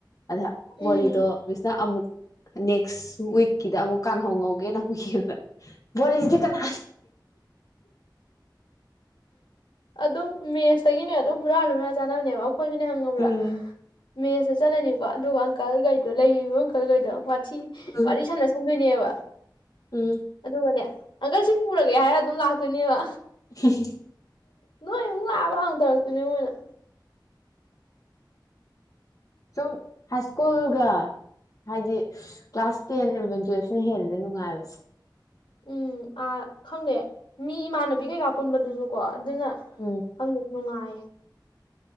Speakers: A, on the left; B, on the left.
A: ꯑꯗ ꯕꯣꯔꯤꯗꯣ
B: ꯎꯝ
A: ꯃꯤꯁꯅ ꯑꯃꯨꯛ ꯅꯦꯛꯁ ꯋꯤꯛꯀꯤꯗ ꯑꯃꯨꯛ ꯀꯥꯡꯍꯧ ꯉꯧꯒꯦꯅ ꯌꯦꯡꯕ ꯕꯣꯔꯤꯁꯤꯗꯤ ꯀꯅꯥ
B: ꯑꯗꯨꯝ ꯃꯦꯁꯇꯒꯤꯅꯦ ꯑꯗꯨꯝ ꯍꯨꯔꯥꯟ ꯍꯨꯔꯥꯟ ꯆꯥꯅꯕꯅꯦꯕ ꯑꯧ ꯑꯩꯈꯣꯏꯁꯨꯅꯦ ꯍꯪꯉꯕ꯭ꯔꯥ
A: ꯎꯝ
B: ꯃꯦꯁ ꯆꯠꯂꯅꯤꯀꯣ ꯑꯗꯨꯒ ꯑꯪꯀꯜꯈꯩꯗꯣ ꯂꯩꯔꯤꯕ ꯑꯪꯀꯜꯈꯩꯗꯣ ꯊꯤ
A: ꯎꯝ
B: ꯋꯥꯔꯤ ꯁꯥꯟꯅ ꯁꯨꯝ ꯗꯨꯏꯅꯦꯕ
A: ꯎꯝ
B: ꯑꯗꯨꯒꯅꯦ ꯑꯪꯀꯜ ꯁꯤ ꯄꯨꯔꯒꯦ ꯍꯥꯏꯔ ꯑꯗꯨꯝ ꯂꯥꯛ ꯀꯅꯤꯕ
A: ꯍꯤ ꯍꯤ
B: ꯅꯣꯏ ꯑꯃꯨꯛ ꯂꯥꯛꯑꯕ ꯇꯧꯔꯛꯇꯣꯏꯅꯦ ꯃꯣꯏꯅ
A: ꯁꯨꯝ ꯍꯥꯏꯁ꯭ꯀꯨꯜꯒ ꯍꯥꯏꯗꯤ ꯀ꯭ꯂꯥꯁ ꯇꯦꯟ ꯑꯦꯂꯚꯦꯟ ꯇꯨꯋꯦꯜꯞꯁꯤꯅ ꯍꯦꯜꯂꯤꯗ ꯅꯨꯡꯉꯥꯏꯕꯁꯦ
B: ꯎꯝ ꯑꯥ ꯈꯪꯗꯦ ꯃꯤ ꯏꯃꯥꯟꯅꯕꯤ ꯀꯩꯀꯥ ꯄꯨꯟꯕꯗꯨꯁꯨ ꯀꯣ ꯑꯗꯨꯅ
A: ꯎꯝ
B: ꯈꯪꯗꯦ ꯅꯨꯡꯉꯥꯏ